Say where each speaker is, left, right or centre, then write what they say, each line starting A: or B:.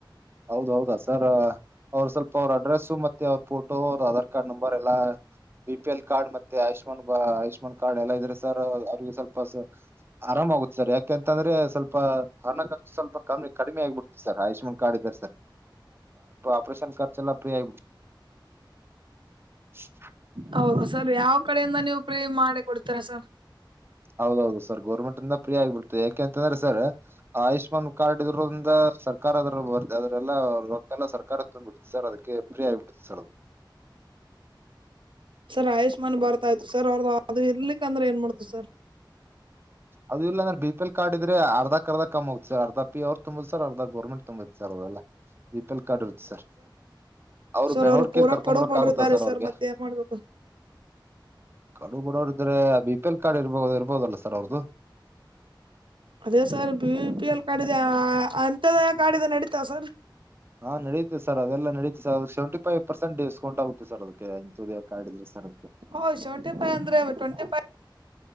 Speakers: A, on the right (about 30°); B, on the right (about 80°).
A: ಹೌದ ಹೌದಾ ಸರ್ ಅವರು ಸ್ವಲ್ಪ ಅವ್ರ ಅಡ್ರೆಸ್ಸು ಮತ್ತೆ ಅವ್ರ ಫೋಟೋ ಅವ್ರ ಆಧಾರ್ ಕಾರ್ಡ್ ನಂಬರ್ ಎಲ್ಲಾ ಬಿ ಪಿ ಎಲ್ ಕಾರ್ಡ್ ಮತ್ತೆ ಆಯುಷ್ಮಾನ್ ಬ ಆಯುಷ್ಮಾನ್ ಕಾರ್ಡ್ ಎಲ್ಲಾ ಇದ್ರೆ ಸರ್ ಅವ್ರಿಗೆ ಸ್ವಲ್ಪ ಆರಾಮ ಆಗುತ್ತೆ ಸರ್ ಯಾಕೆಂತ ಅಂದ್ರೆ ಸ್ವಲ್ಪ ಹಣ ಖರ್ಚಾ ಸ್ವಲ್ಪ ಕಮ್ಮಿ ಕಡಿಮೆ ಆಗ್ಬಿಡ್ತದೆ ಸರ್ ಆಯುಷ್ಮಾನ್ ಕಾರ್ಡ್ ಇದ್ದಾರೆ ಸರ್ ಆಪರೇಷನ್ ಖರ್ಚ ಎಲ್ಲಾ ಫ್ರೀ ಆಗಿಬಿಡುತ್ತೆ <unintelligible>
B: ಹೌದು ಸರ್ ಯಾವ ಕಡೆಯಿಂದ ನೀವು ಫ್ರೀ ಮಾಡಿ ಕೊಡ್ತರಾ ಸರ್
A: ಹೌದೌದು ಸರ್ ಗೌರ್ಮೆಂಟ್ಂದ ಫ್ರೀ ಆಗ್ಬಿಡ್ತದೆ ಯಾಕೆ ಅಂದ್ರೆ ಸರ್ ಆಯುಷ್ಮಾನ್ ಕಾರ್ಡ್ ಇರೋದ್ರಿಂದ ಸರ್ಕಾರದಿಂದ ಬರ್ದೆ ಅದ್ರಲ್ಲ ರೊಕ್ಕೆಲ್ಲ ಸರ್ಕಾರ ತಂದ್ ಬಿಡುತ್ತ ಸರ್ ಅದಕ್ಕೆ ಫ್ರೀ ಆಗಿ ಬಿಡ್ತ ಸರ್
B: ಸರ್ ಆಯುಷ್ಮಾನ್ ಭಾರತ್ ಆಯ್ತು ಸರ್ ಅವ್ರದು ಅದು ಇರ್ಲಿಕ್ಕ ಅಂದ್ರೆ ಏನ್ ಮಾಡೊದ ಸರ್
A: ಅದು ಇಲ್ಲಾಂದ್ರೆ ಬಿ ಪಿ ಎಲ ಕಾರ್ಡ್ ಇದ್ರೆ ಅರ್ಧಕ್ ಅರ್ದ ಕಮ್ ಆಗುತ್ತ ಸ ಅರ್ಧ ಪಿ ಅವ್ ತುಂಬುದು ಸರ್ ಅರ್ಧ ಗೌರ್ಮೆಟ್ ತುಂಬು ಸರ್ ಅವೆಲ್ಲಾ ಬಿ ಪಿ ಎಲ್ ಕಾರ್ಡ್ ಇರುತ್ತೆ ಸರ್ ಅವರು
B: ಸರ್
A: ಬೆಂಗ್ಳೂರ್
B: ಅವ್ರು ಪೂರಾ
A: ಕೇ ಕರ್ಕೊಂಬರಕ್
B: ಕಡು ಬಡ್ರಿದ್ದಾರೆ
A: ಆಗುತ್ತ ಸರ್ ಅವ್ರಿಗೆ
B: ಮತ್ತೆ ಏನ್ ಮಾಡ್ಬೇಕು
A: ಕಡು ಬಡೋರ ಇದ್ರೆ ಬಿ ಪಿ ಎಲ್ ಕಾರ್ಡ್ ಇರಬಹುದ ಇರ್ಬೋದಲ್ಲ ಸರ್ ಅವ್ರದು
B: ಅದೇ sir B P L card ಇದೆ ಅಂತ್ಯೋದಯ ಕಾರ್ಡ್ ಇದ್ದರ ನಡೀತಾವ ಸರ್
A: ಹಾ ನಡೆಯುತ್ತೆ ಸರ್ ಅದೆಲ್ಲ ನಡುತ್ತ ಸರ್ ಅದಕ್ಕೆ ಸೆವೆಂಟಿ ಫೈವ್ ಪರ್ಸೆಟ್ ಡಿಸ್ಕೌಂಟ್ ಆುತ್ತೆ ಸರ್ ಅದಕ್ಕೆ ಇಂತದೇ ಕಾರ್ಡದ್ರೆ ಸರ್
B: ಹ್ ಶೆವೆಂಟಿ ಫೈ ಅಂದ್ರೆ ಟ್ಂಟಿ ಫೈವ್